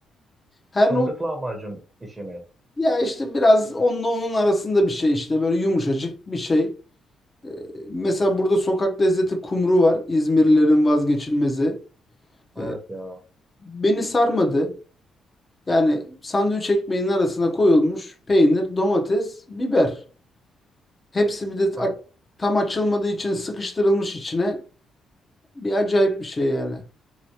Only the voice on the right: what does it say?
Fındık
lahmacun işi mi?
Evet
ya.
Ya,